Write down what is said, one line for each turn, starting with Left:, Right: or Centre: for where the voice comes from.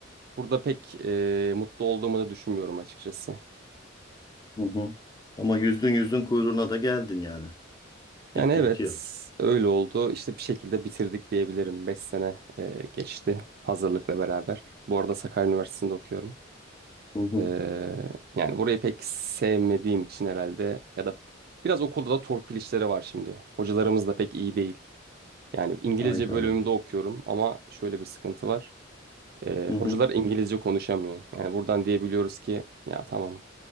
Right: Burada pek e, mutlu olduğumu da düşünmüyorum açıkçası.
Left: Hı hı. Ama yüzdün yüzdün kuyruğuna da geldin yani.
Right: Yani
Left: Bitti
Right: evet
Left: bitiyor.
Right: öyle oldu. İşte bir şekilde bitirdik diyebilirim. beş sene e, geçti hazırlıkla beraber. Bu arada Sakarya Üniversitesi'nde okuyorum.
Left: Hı hı.
Right: Ee, yani burayı pek sevmediğim için herhalde ya da biraz okulda da torpil işleri var şimdi. Hocalarımız da pek iyi değil. Yani İngilizce
Left: Hayda.
Right: bölümümde okuyorum ama şöyle bir sıkıntı var. Ee,
Left: Hı
Right: hocalar
Left: hı.
Right: İngilizce konuşamıyor. Yani buradan diyebiliyoruz ki ya tamam